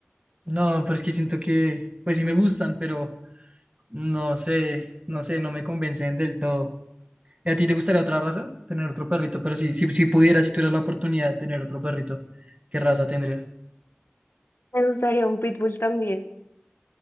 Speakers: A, on the right; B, on the left.
A: No, pero es que siento que, pues sí me gustan, pero no sé, no sé, no me convencen del todo. ¿Y a ti te gustaría otra raza? Tener otro perrito, pero sí, si, si pudieras, si tuvieras la oportunidad de tener otro perrito, ¿qué raza tendrías?
B: Me gustaría un pitbull también,